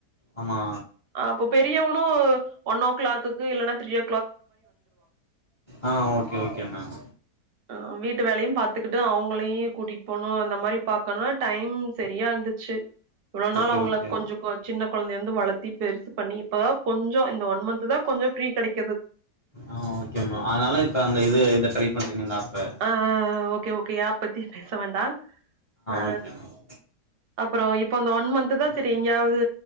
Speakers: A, on the left; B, on the right.
A: ஆமா
B: அ அப்ப பெரியவனும் ஒன் ஓ கிளாக்கு இல்லனா திரியோ
A: ஆ okay okay ma'am
B: ஆ வீட்டு வேலயும் பாத்துக்கிட்டு அவுங்களையும் கூட்டிட்டு போனும் அந்த மாறி பாக்கனு டைம் சரியாருந்துச்சு இவ்ளோ
A: ஓகே
B: நாள் அவுங்க
A: ஓகே
B: கொஞ்சம் சின்ன குழந்தைலருந்து வளத்தி பெருசு பண்ணி இப்பதா கொஞ்சம் இந்த ஒன் மந்த் தா கொஞ்சம் ஃப்ரீ கிடைக்கிது
A: ஆ ஓ கே மா அதனால இப்ப அந்த இது இத ட்ரை பண்றீங்க இந்த ஆப்ப
B: ஆ okay okay app பத்தி பேச வேண்டாம் ஆ
A: ஓகே மேம்
B: அப்பறோ இப்ப அந்த ஒன் மந்த்த்து தா சரி எங்கயாவது